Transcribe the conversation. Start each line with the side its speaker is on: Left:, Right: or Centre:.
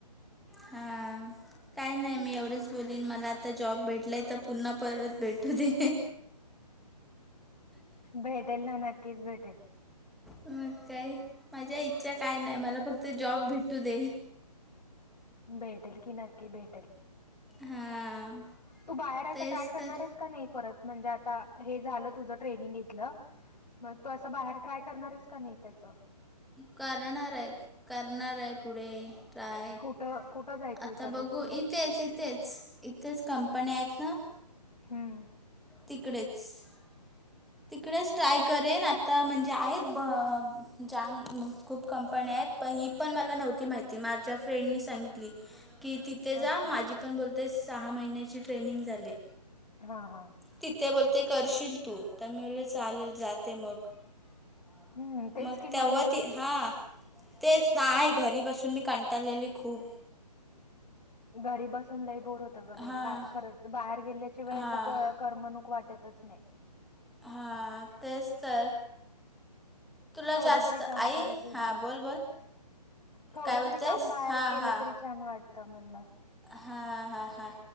Centre: हां. कायं नाहीं मी एवढंच बोलीन मलां आंता जॉब भेटलांय तरं पुन्हां परंत भेटूं दे.
Left: भेटेल नां नक्कीचं भेटेल.
Centre: मंग कायं माझ्यां इच्छा कायं नाहीं मलां फक्तं जॉब भेटू दे.
Left: भेटेलं की नक्की भेटेलं.
Centre: हां
Left: तूं बाहेरय
Centre: तेच
Left: ट्राय करणांरस
Centre: तर
Left: की नाहीं परंत म्हणजेता हे झालं तुझं ट्रेनिंग की मंग तूं असं बाहेर ट्राय करणारंस की नाहीं त्यांचं
Centre: करणारं आहे करणारं आहे पुढे टाय
Left: कुठं कुठं जायचं
Centre: आंता
Left: विचार आहे
Centre: बघूं
Left: तुला
Centre: इथेचं इथेचं इथेचं कंपनी आहेतं नां
Left: हम्मं
Centre: तिकडेचं तिकडेचं ट्राय करेन आंता म्हंणजे आहेतं प जामं खूंप कंपन्यां आहेतं पं ही पणं मलां नव्हती माहिती माझ्यां फ्रेंडनी सांगितली की तिथे जां
Left: अच्छा
Centre: माझी पणं बोलते सहा महिन्यांची ट्रेनिंग झाली
Left: हा हा
Centre: तिथे बोलते करशील तूं तरं मुले चालेल जांते मंग
Left: हम्म तेच
Centre: मंग
Left: की
Centre: त्यांवर
Left: म्हणूनच
Centre: ती हां तेचं नाहीं घरी बसूंन मी कंटाळलेली खूंप
Left: घरी बसूंन लई बोर होत ग बाई
Centre: हां
Left: ख खरचं बाहेर गेल्यांशिवाय
Centre: हां
Left: असं करमणूक वाटतंच नाहीं
Centre: हां तेचं तरं तुंला
Left: थोडं
Centre: जास्तं
Left: जरी काम
Centre: आई
Left: केलं तरी
Centre: हां
Left: बरे
Centre: बोल बोल
Left: थोडं
Centre: कायं
Left: जरी
Centre: बोलतेसं
Left: काम बाहेर
Centre: हां
Left: केलं
Centre: हां
Left: तरी छान वाटतं मणला
Centre: हा हा हा